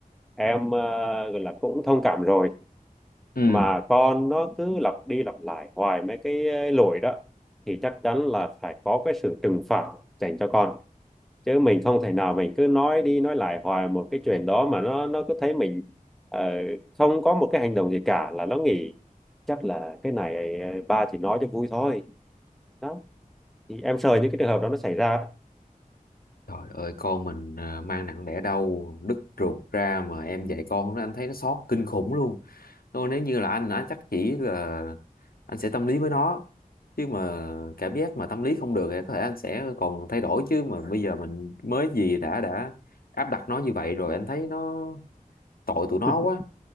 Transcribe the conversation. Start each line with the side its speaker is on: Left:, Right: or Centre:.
Centre: em ờ, gọi là cũng thông cảm rồi
Left: ừ
Centre: mà con nó cứ lặp đi lặp lại hoài mấy cái ờ, lỗi đó thì chắc chắn là phải có cái sự trừng phạt dành cho con chứ mình không thể nào mình cứ nói đi nói lại hoài một cái chuyện đó mà nó nó cứ thấy mình ờ, không có một cái hành động gì cả là nó nghĩ chắc là cái này ờ, ba chỉ nói cho vui thôi đó thì em sợ những cái trường hợp đó nó xảy ra đó.
Left: trời ơi con mình à, mang nặng đẻ đau đứt ruột ra mà em dạy con nó anh thấy nó xót kinh khủng luôn thôi nếu như là anh anh chắc chỉ là anh sẽ tâm lý với nó chứ mà cảm giác mà tâm lý không được thì có thể anh sẽ còn thay đổi chứ mà bây giờ mình mới gì đã đã áp đặt nó như vậy rồi anh thấy nó tội tụi nó
Centre: <laughs>
Left: quá